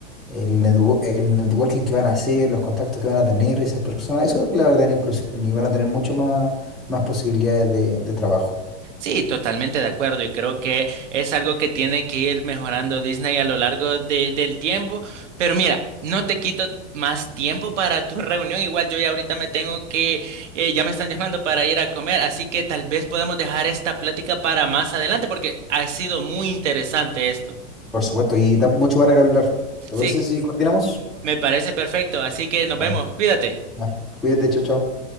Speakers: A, in the centre; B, on the right.
A: el, netwo- el networking que van a hacer, los contactos que van a tener esas personas, eso es la verdadera inclusión y van a tener mucho más, más posibilidades de, de trabajo.
B: Sí, totalmente de acuerdo y creo que es algo que tiene que ir mejorando Disney a lo largo de- del tiempo. Pero mira, no te quito más tiempo para tu reunión. Igual yo ya ahorita me tengo que, eh, ya me están llamando para ir a comer, así que tal vez podemos dejar esta plática para más adelante porque ha sido muy interesante esto.
A: Por supuesto, y da mucho para que hablar. ¿Te
B: Sí,
A: parece si coordinamos?
B: me parece perfecto, así que nos
A: Vale.
B: vemos, cuídate.
A: Vale. Cuídate, chao, chao.